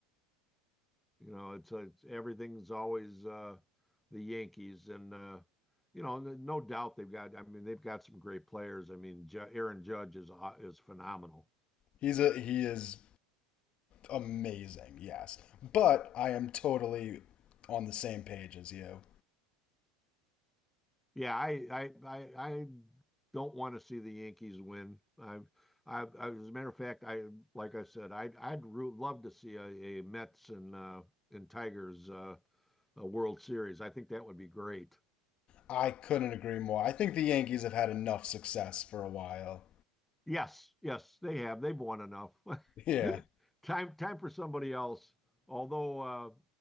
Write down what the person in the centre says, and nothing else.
You know, it's, uh, it's everything's always uh, the Yankees, and uh, you know, no doubt they've got. I mean, they've got some great players. I mean, Ju- Aaron Judge is uh, is phenomenal.
Yeah, I I I, I don't want to see the Yankees win. I, I, I as a matter of fact, I like I said, I'd I'd root, love to see a, a Mets and uh, and Tigers uh, a World Series. I think that would be great.
Yes, yes, they have. They've won enough.
<laughs> Time, time for somebody else. Although uh,